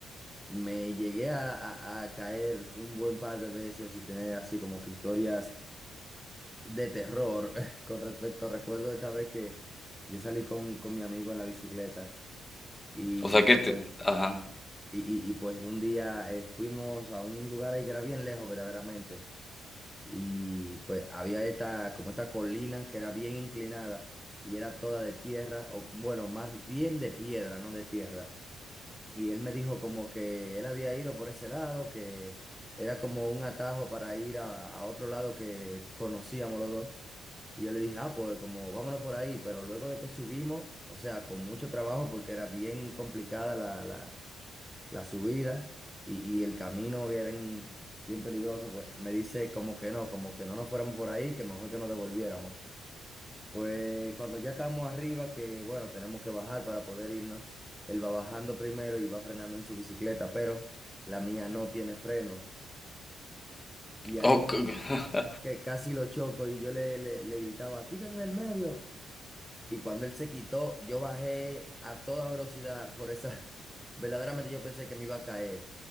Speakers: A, in the centre; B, on the left.
A: Me llegué a, a- a caer un buen par de veces y tener así como que historias de terror <laughs> con respecto. Recuerdo esta vez que yo salí con, con mi amigo en la bicicleta y
B: o sea que te,
A: pues,
B: ajá,
A: y, y- y, pues un día eh, fuimos a un lugar ahí que era bien lejos verdaderamente y pues había esta como esta colina que era bien inclinada y era toda de tierra o bueno, más bien de piedra, no de tierra. Y él me dijo como que él había ido por ese lado, que era como un atajo para ir a, a otro lado que conocíamos los dos. Y yo le dije, ah, pues como vámonos por ahí, pero luego de que subimos, o sea, con mucho trabajo porque era bien complicada la, la, la subida y, y el camino bien, bien peligroso, pues me dice como que no, como que no nos fuéramos por ahí, que mejor que nos devolviéramos. Pues cuando ya estamos arriba, que bueno, tenemos que bajar para poder irnos, él va bajando primero y va frenando en su bicicleta, pero la mía no tiene frenos. Y ahí
B: Oh, c- <laughs>
A: que casi lo choco y yo le, le, le gritaba, quítate del medio. Y cuando él se quitó, yo bajé a toda velocidad por esa, <laughs> verdaderamente yo pensé que me iba a caer.